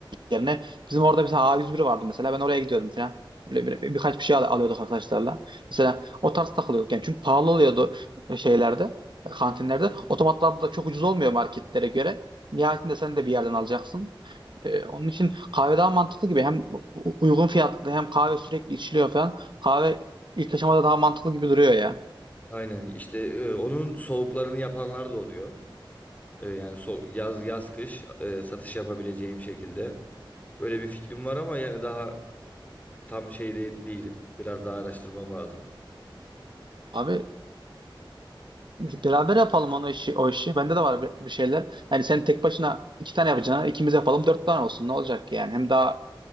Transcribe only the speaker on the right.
yerine bizim orada mesela A101 vardı mesela ben oraya gidiyordum falan. Öyle bir, birkaç bir şey al- alıyorduk arkadaşlarla. Mesela o tarz takılıyorduk yani çünkü pahalı oluyordu e, şeylerde, e, kantinlerde. Otomatlarda da çok ucuz olmuyor marketlere göre. Nihayetinde sen de bir yerden alacaksın. Ee, onun için kahve daha mantıklı gibi. Hem u- uygun fiyatlı hem kahve sürekli içiliyor falan. Kahve ilk aşamada daha mantıklı gibi duruyor ya.
Abi beraber yapalım onu işi, o işi. Bende de var bir bir şeyler. Yani sen tek başına iki tane yapacağına ikimiz yapalım dört tane olsun. Ne olacak yani? Hem daha